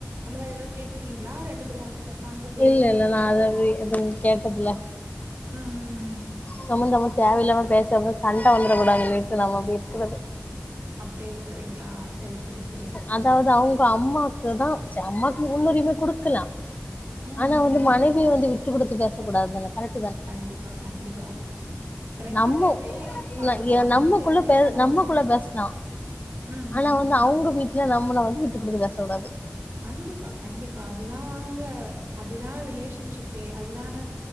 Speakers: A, on the right; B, on the left.
A: அந்த மாரி ஏதாது கேட்டிருக்கீங்களா ரெண்டு பேரும் உ உக்காந்து பேசிருக்கீங்ளா
B: இல்ல இல்ல நா அத
A: அந்த மாரி
B: எதுவு கேட்டதுல
A: ம் ம் ம்
B: சமந்தமு தேவயில்லாம <unintelligible> சண்ட வந்துர கூடாதுன்ட்டு நம்ம அப்டி இருக்குறது
A: அப்டியே விட்டுறிங்ளா செரி செரி செரி
B: அதாவ்து அவுங்க அம்மாக்கு தா ச அம்மாக்கு முன்னுரிமை குடுக்கலா
A: ம்,
B: ஆனா
A: ம்,
B: வந்து
A: ம்.
B: மனைவிய வந்து விட்டு குடுத்து பேச கூடாது தானே கரெட்
A: கண்டிப்பா கண்டிப்பா ரெண்டு
B: நம்ம
A: பேருமே பாக்கணு
B: ந எ
A: ரெண்டு
B: நம்மக்குள்ள
A: பேருமே
B: பே
A: சமமா
B: நம்மக்குள்ள
A: பாத்
B: பேசலா
A: ம்,
B: ஆனா
A: ம்,
B: வந்து
A: ம்.
B: அவுங்க வீட்ல நம்மள வந்து விட்டு குடுத்து பேச கூடாது
A: கண்டிப்பா கண்டிப்பா அதுதா <unintelligible> அதுதா ரிலேஷன்ஷிப்பே அதுதான